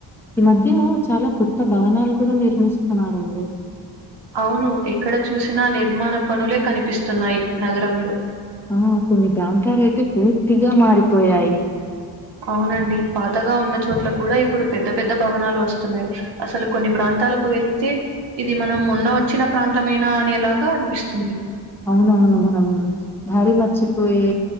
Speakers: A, in the centre; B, on the right.
A: ఈ మధ్య చాలా కొ త్త భవనాలు కూడా నిర్మిస్తున్నారండి
B: అవును ఎక్కడ చూసినా నిర్మాణ పనులే కనిపిస్తున్నాయి నగరంలో
A: ఆ కొన్ని ప్రాంతాలు అయితే పూర్తిగా మారిపోయాయి
B: అవునండి పాతగా ఉన్న చోట్ల కూడా ఇప్పుడు పెద్ద పెద్ద భవనాలు వస్తున్నాయి అసలు కొన్ని ప్రాంత ప్రాంతాలకు వెళితే ఇది మనం మొన్న వచ్చిన ప్రాంతమేనా అనేలాగా అనిపిస్తుంది
A: అవునవును మనమ్ దారి మర్చిపోయే